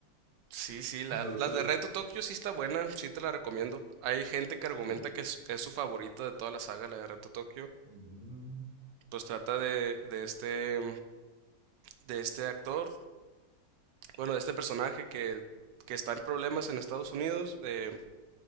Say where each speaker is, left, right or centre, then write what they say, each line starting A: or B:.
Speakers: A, on the right (about 80°); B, on the right (about 45°).
A: Sí,
B: <laughs>
A: sí, la,
B: no
A: la
B: sé,
A: de Reto Tokio sí está buena, sí te la recomiendo. Hay gente que
B: sí,
A: argumenta que es, es su favorita de toda la saga, la de Reto Tokio.
B: Mm,
A: Pues trata de, de este, de este actor, bueno, de este personaje que, que está en problemas en Estados Unidos, de,